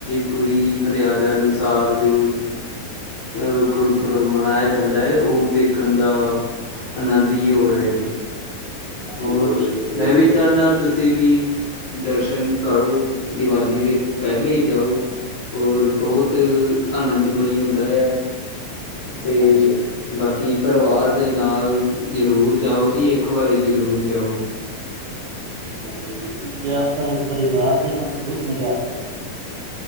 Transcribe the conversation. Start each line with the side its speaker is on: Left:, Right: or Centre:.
Left: ਪੂਰੀ ਮਰਿਆਦਾ ਅਨੁਸਾਰ ਜੋ ਅ ਗੁਰਪੁਰਬ ਮਨਾਇਆ ਜਾਂਦਾ ਐ, ਉਹ ਦੇਖਣ ਦਾ ਆਨੰਦ ਈ ਹੋਰ ਐ ਜੀ।
Right: ਹਾਂਜੀ
Left: ਹੋਰ,
Right: ਬਹੁਤ ਵਧੀਆ
Left: ਮੈਂ
Right: ਜੀ
Left: ਵੀ ਚਾਹੁੰਦਾ ਤੁਸੀਂ ਵੀ ਦਰਸ਼ਨ ਕਰੋ, ਦੀਵਾਲੀ ਦੇ ਪਹਿਲੇ ਜਾਓ ਹੋਰ ਬਹੁਤ ਆਨੰਦਮਈ ਹੁੰਦਾ ਆ, ਤੇ
Right: ਹਾਂਜੀ ਹਾਂਜੀ।
Left: ਬਾਕੀ ਪਰਿਵਾਰ ਦੇ ਨਾਲ ਜ਼ਰੂਰ ਜਾਓ ਜੀ, ਇੱਕ ਵਾਰੀ ਜ਼ਰੂਰ ਜਾਓ।
Right: ਹਾਂਜੀ- ਹਾਂਜੀ ਬਿਲਕੁਲ ਪਿਆਰ ਸਾਰੇ ਪਰਿਵਾਰ ਦੇ ਨਾਲ ਬਹੁਤ ਮਜ਼ਾ ਆਉਂਦਾ ਸਾਨੂੰ,